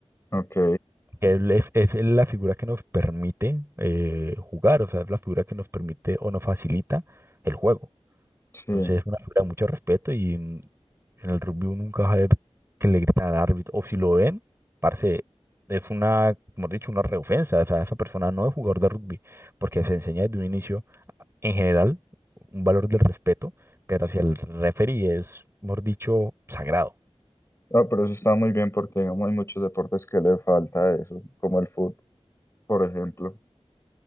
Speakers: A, on the left; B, on the right.
A: ok,
B: Él es, es la figura que nos permite eh, jugar, o sea, es la figura que nos permite o nos facilita el juego.
A: sí.
B: Entonces es una figura de mucho respeto y en, en el rugby uno nunca va a ver que le gritan al árbitro. O si lo ven, parce, es una, como he dicho, una reofensa. O sea, esa persona no es jugador de rugby porque se enseña desde un inicio en general, un valor del respeto, pero hacia el referee es, mejor dicho, sagrado.
A: Ah, pero eso está muy bien porque digamos, hay muchos deportes que le falta eso, como el fútbol, por ejemplo.